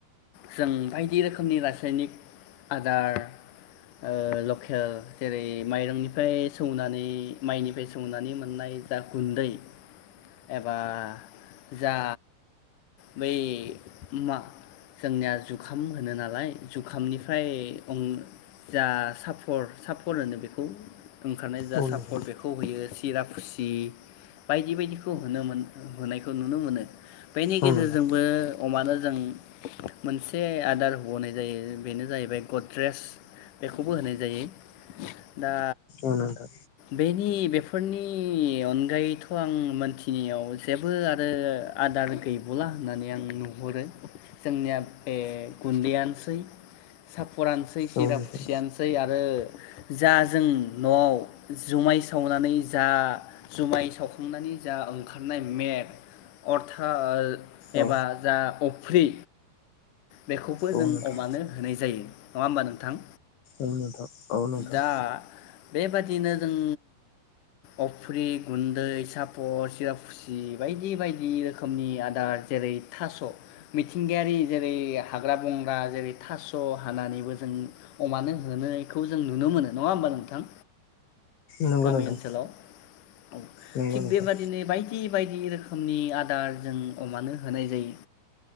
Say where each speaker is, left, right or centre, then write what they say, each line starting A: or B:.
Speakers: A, on the left; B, on the left.
A: जों बायदि रोखोम खोमनि रासायनिक आदार ओ लकेल जेरै- माइरंनिफ्राय सौनानै माइनिफ्राय सौ सौनानै मोननाय जा गुन्दै एबा जा बै मा जोंनिया जुखाम होनो नालाय जुखामनिफ्राय ओं जा साफर साफर होनो बेखौ ओंखारनाय जा
B: औ
A: सापर्ट
B: नोंथां
A: बेखौ होयो। थिराफुसि बायदि बायदिखौ होनो मोन होनायखौ नुनो मोनो। बेनि
B: औ
A: गेजेरजोंबो
B: नोंथां
A: अमानो जों मोनसे आदार हनाय जायो बेनो जाहैबाय गद्रेस बेखौबो होनाय जायो। दा
B: औ नोंथां
A: बे नि बे फोरनि अनगायैथ' आं मोनथिनायाव जेबो आरो आदार गैबावला होननानै आं नुहुरो जोंनिया बे गुन्दैयानोसै साब फरानोसै सिरा
B: औ नोंथां
A: खुसियानोसै आरो आरो जा जों न'आव जुमाय सावनानै जा जुमाय सावखांनानै जा ओंखारनाय मेप। अर्था।
B: औ
A: एबा जा। फ्रि। बेखौबो
B: औ
A: जों
B: नोंथां
A: अमानो होनाय जायो नङा होमबा नोंथां।
B: औ नोंथां औ नोंथां।
A: दा बेबादिनो जों अफ्रि गुन्दै सापर सिरापुसि बायदि बायदि रोखोमनि आदार जेरै थास मिथिंगायारि जेरै हाग्रा बंग्रा जेरै थास हानानैबो जों अमानो होनो। खौ जों नुनो मोनो नङा होमबा नोंथां।
B: नंगौ
A: गामि
B: नोंथां
A: ओनसोलाव औ
B: नंगौ
A: थिग
B: नोंथां
A: बेबादिनो बायदि बायदि रोखोमनि आदार जों। अमानो होनाय जायो।